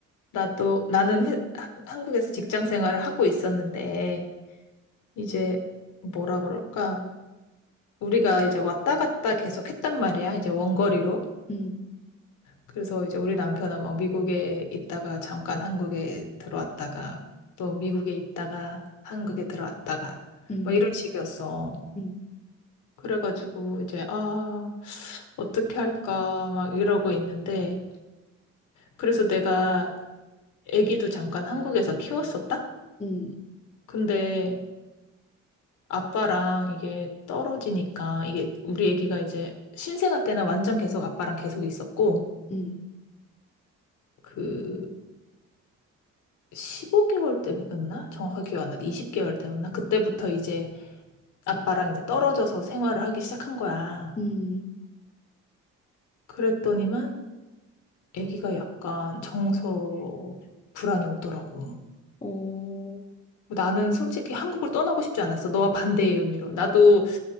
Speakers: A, on the left; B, on the left.
A: 나도 나는 해- 하- 한국에서 직장 생활을 하고 있었는데 이제 뭐라 그럴까? 우리가 이제 왔다 갔다 계속 했단 말이야. 이제 원거리로.
B: 음,
A: 그래서 이제 우리 남편은 막 미국에 있다가 잠깐 한국에 들어왔다가 또 미국에 있다가 한국에 들어왔다가
B: 음,
A: 뭐 이런 식이었어.
B: 음,
A: 그래가지고 이제 아 어떻게 할까 막 이러고 있는데 그래서 내가 아기도 잠깐 한국에서 키웠었다.
B: 음,
A: 근데 아빠랑 이게 떨어지니까 이게 우리 애기가 이제 신생아 때는 완전 계속 아빠랑 계속 있었고
B: 음,
A: 그 15개월 때였나? 정확하게 기억 안 나는데 20개월 때였나? 그때부터 이제 아빠랑 이제 떨어져서 생활을 하기 시작한 거야.
B: 음, 음.
A: 그랬더니만 애기가 약간 정서 불안이 오더라고.
B: 어,
A: 나는 솔직히 한국을 떠나고 싶지 않았어. 너와 반대의 의미로. 나도